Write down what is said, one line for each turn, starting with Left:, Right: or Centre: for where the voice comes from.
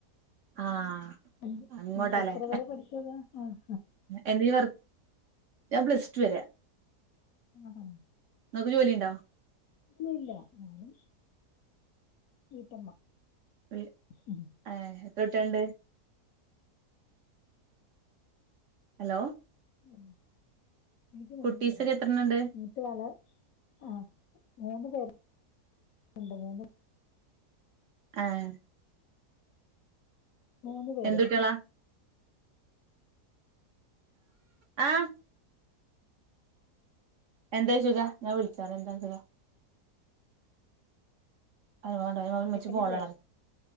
Right: ആഹ്
Left: എന്ത്
Right: ആഹ് അങ്ങോട്ടാല്ലേ
Left: എത്ര വരെ പഠിച്ചതാ ആഹ്
Right: എന്തേലും വർക്ക്‌ ഞാൻ പ്ലസ്റ്റു വരെ
Left: ഉം
Right: ഇങ്ങക്ക് ജോലിണ്ടോ
Left: ഇല്ലില്ല ഞാനും വീട്ടമ്മ
Right: ഏഹ്
Left: ഉം.
Right: എത്ര കുട്ടിയാളുണ്ട് ഹലോ
Left: ഉം എനിക്ക് മൂന്ന്
Right: കുട്ടീസൊക്കെ
Left: പേര്
Right: എത്രണ്ണണ്ട്
Left: <unintelligible> ആ മൂന്ന പേര്ണ്ട് രണ്ട് മൂന്ന്
Right: ആഹ്
Left: മൂന്ന്പേര്
Right: എന്ത് കുട്ടിയോളാ ആഹ് എന്താ ചോയ്ച്ചോക്ക് ഞാൻ വിളിച്ചാല എന്താ ചോയ്ച്ചോക്കാ അയ് മാണ്ട ഇമ്മച്ചി
Left: കേക്കണില്ലേ
Right: ഫോണിലാണ് പറയ്